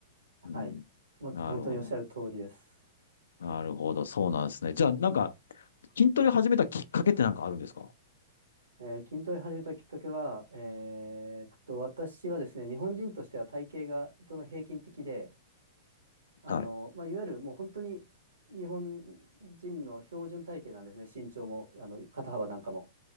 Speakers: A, on the right (about 65°); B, on the left (about 65°).
A: はい。
B: うん。
A: も本当におっしゃる通りです。
B: なるほど。なるほど。そうなんですね。じゃあ、なんか、筋トレ始めたきっかけってなんかあるんですか
A: えー筋トレ始めたきっかけは、えーっと、私はですね、日本人としては体型がとても平均的で、あの、
B: はい。
A: まあ、いわゆるもう本当に日本人の標準体型なんですね、身長も、あの、肩幅なんかも。